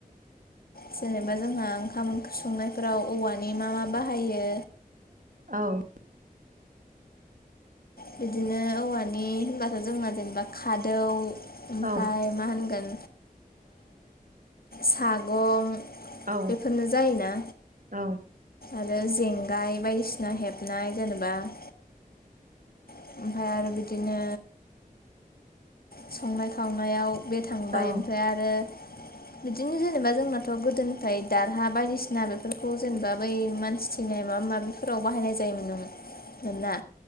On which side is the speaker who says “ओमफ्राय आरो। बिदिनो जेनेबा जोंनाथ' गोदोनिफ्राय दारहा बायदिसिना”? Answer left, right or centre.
Left